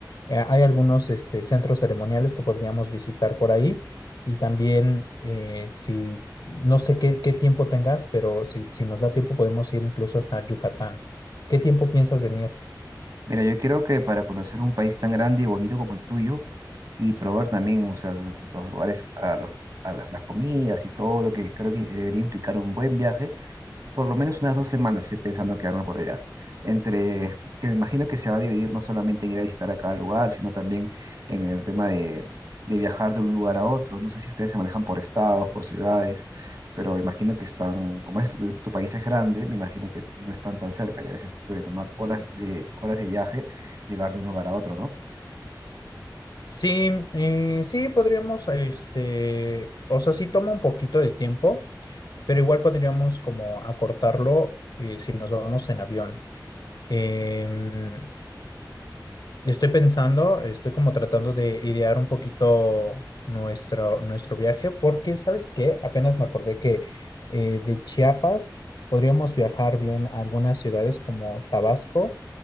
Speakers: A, on the left; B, on the right.
A: Eh, hay algunos este, centros ceremoniales que podríamos visitar por ahí y también eh, si, no sé qué, qué tiempo tengas, pero si, si nos da tiempo podemos ir incluso hasta Yucatán. ¿Qué tiempo piensas venir?
B: Mira, yo creo que para conocer un país tan grande y bonito como el tuyo y probar también, o sea, los lugares, a los, a la- las comidas y todo lo que creo que debería implicar un buen viaje, por lo menos unas dos semanas estoy pensando quedarme por allá. Entre, que me imagino que se va a dividir no solamente en ir a visitar a cada lugar, sino también en el tema de, de viajar de un lugar a otro. No sé si ustedes se manejan por estados, por ciudades, pero imagino que están, como es, tu país es grande, me imagino que no están tan cerca y a veces puede tomar horas de, horas de viaje llegar de un lugar a otro, ¿no?
A: Sí, eh, sí, podríamos, este, o sea, sí toma un poquito de tiempo, pero igual podríamos como acortarlo eh, si nos vamos en avión. Em, yo estoy pensando, estoy como tratando de idear un poquito nuestro, nuestro viaje, porque, ¿sabes qué? Apenas me acordé que eh, de Chiapas podríamos viajar bien a algunas ciudades como Tabasco,